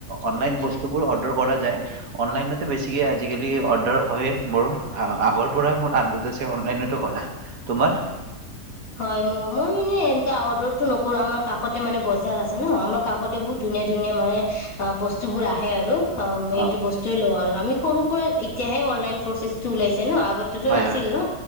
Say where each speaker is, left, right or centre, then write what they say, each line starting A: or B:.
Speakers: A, on the right; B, on the left.
A: অনলাইন বস্তুবোৰ অৰ্ডাৰ কৰা যায় অনলাইন বেছিকে আজিকালি অৰ্ডাৰ হয় মোৰ আগৰ পৰা মোৰ আদত আছে অনলাইনতো কৰা তোমাৰ।
B: হয় ম মই মানে এনেুৱা অৰ্ডাৰটো নকৰো আমাৰ কাষতে মানে বজাৰ আছে ন আমাৰ কাষতে বহুত ধুনীয়া ধুনীয়া মানে অ বস্তুবোৰ আহে আৰু। সেইটো
A: অ
B: বস্তুৱে লওঁ আৰু আমি। সৰুৰ পৰা এতিয়াহে অনলাইন প্ৰচেছ ওলাইছে। ন আগতেতো
A: হয়
B: নাছিল
A: হয়
B: ন